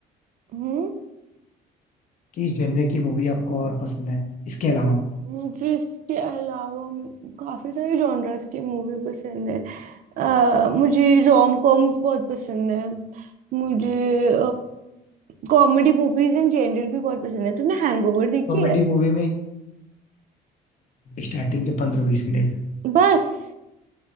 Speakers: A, on the right (about 50°); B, on the left (about 50°).
A: हम्म
B: किस जनरे की मूवी आपको और पसंद है इसके अलावा
A: मुझे इसके अलावा काफी सारे जॉनर्स की मूवी पसंद है अ, मुझे रोम कॉम्स बहुत पसंद है मुझे कॉमेडी मूवीज इन जनरल भी बहुत पसंद है तुमने हैंगओवर देखी
B: कॉमेडी
A: है
B: मूवी में स्टार्टिंग के पंद्रह बीस मिनट
A: बस